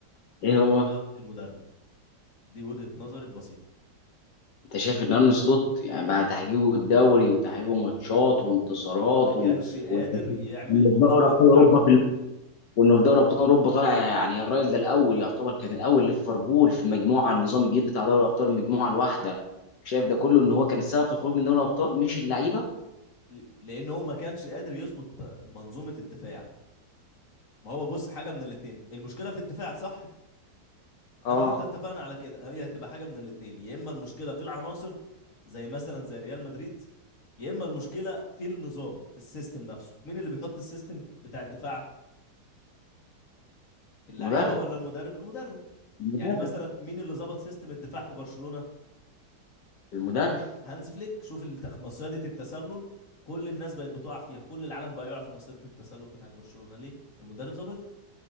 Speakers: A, on the left; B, on the left.
A: ايه
B: ايه
A: هو
B: هو بقى المدرب دي وجهة نظري البسيطة
A: انت شايف ان ارن سلوت يعني بعد تحقيقه الدوري وتحقيقه ماتشات وانتصارات
B: ما كانش
A: و...
B: قادر
A: وانه وإنه
B: يعمل منظومة
A: في دوري ابطال
B: دفاع
A: اوروبا
B: قوية
A: في ال- وانه في دوري ابطال اوروبا طالع يعني يا راجل ده الاول يعتبر كان الاول ليفربول في المجموعه النظام الجديد بتاع دوري ابطال المجموعه الواحده شايف ده كله ان هو كان السبب في الخروج من دوري الابطال مش اللعيبه
B: ل- لأن هو ما كانش قادر يظبط منظومة الدفاع ما هو بص حاجة من الاتنين المشكلة في الدفاع صح
A: اه
B: أنا وأنت اتفقنا على كده هي هتبقى حاجة من الاتنين يا إما المشكلة في العناصر زي مثلا زي ريال مدريد يا إما المشكلة في النظام في السيستم نفسه مين اللي بيحط السيستم بتاع الدفاع اللعيبة
A: المدرب
B: ولا المدرب المدرب
A: المدرب
B: يعني مثلا مين اللي ظبط سيستم الدفاع في برشلونة
A: المدرب
B: هانز فليك شوف التخ... مصيدة التسلل كل الناس بقت بتقع فيها كل العالم بقى يقع في مصيدة التسلل بتاعت برشلونة ليه المدرب ظابطها